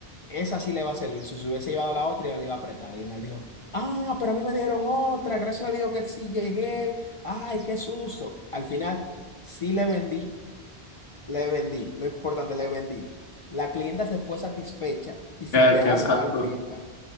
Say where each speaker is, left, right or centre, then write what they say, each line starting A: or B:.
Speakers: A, on the left (about 55°); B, on the left (about 70°).
A: esa sí le va a servir. Si se hubiese llevado la otra, yo le iba a apretar. Y me dijo, ah, pero a mí me dieron otra, gracias a Dios que sí llegué. Ay, qué susto. Al final, sí le vendí le vendí, lo importante, le vendí. La clienta se fue satisfecha y sin
B: ah
A: dejar
B: qué exacto.
A: mal feedback.